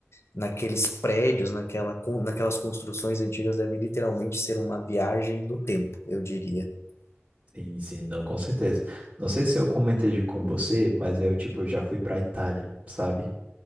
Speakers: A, on the left; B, on the right.
A: naqueles prédios, naquela, con- naquelas construções antigas, deve literalmente ser uma viagem no tempo, eu diria.
B: Sim, sim, não, com certeza. Não sei se eu comentei de- com você, mas eu, tipo, já fui pra Itália, sabe?